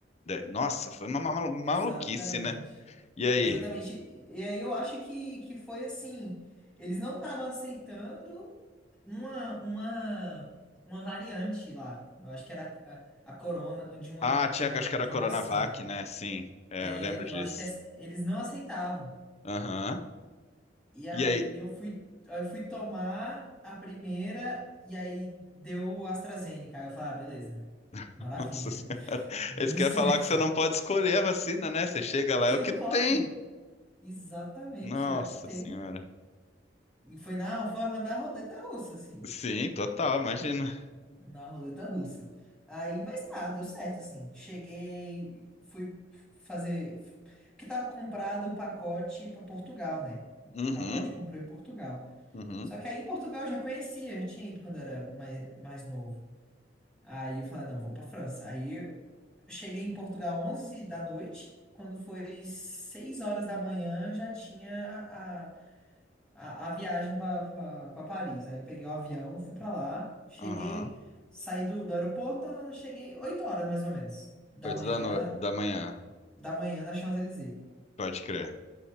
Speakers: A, on the left; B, in the centre.
A: Nossa, foi uma ma- maluquice,
B: Exatamente.
A: né? E aí?
B: Exatamente. E e aí eu acho que, que foi assim, eles não estavam aceitando uma, uma, uma variante lá. Eu acho que era a, a corona de uma,
A: Ah, tinha
B: de uma,
A: que acho que era
B: de
A: Coronavac,
B: uma vacina.
A: né? Sim, é,
B: É,
A: eu lembro disso.
B: eu acho que es- eles não aceitavam.
A: Aham.
B: E aí
A: E aí?
B: eu fui, eu fui tomar a primeira e aí deu o AstraZeneca. Aí eu falei, ah, beleza.
A: <laughs>
B: Maravilha.
A: Nossa Senhora.
B: <laughs> Deu
A: Eles querem
B: certo.
A: falar que você não pode escolher a vacina, né? Você chega lá,
B: Porque
A: é o
B: não
A: que tem.
B: pode. Exatamente,
A: Nossa
B: é a que tem.
A: Senhora.
B: E foi na, foi na roleta russa, assim.
A: Sim, total, imagina.
B: Na roleta russa. Aí, mas tá, deu certo, assim. Cheguei, fui fazer. Porque tava comprado o pacote pra Portugal, né? O
A: Uhum,
B: o pacote comprou em Portugal.
A: uhum.
B: Só que aí Portugal eu já conhecia, já tinha ido quando era mais, mais novo. Aí eu falei, não, vou pra França. Aí eu cheguei em Portugal 11 da noite. Quando foi 6 horas da manhã, já tinha a, a viagem para Paris. Aí eu peguei o avião, fui para lá, cheguei,
A: Aham.
B: saí do, do aeroporto, ah, cheguei 8 horas mais ou menos da
A: Oito
B: manhã,
A: da, no... da manhã.
B: da manhã na Champs-Élysées,
A: Pode crer.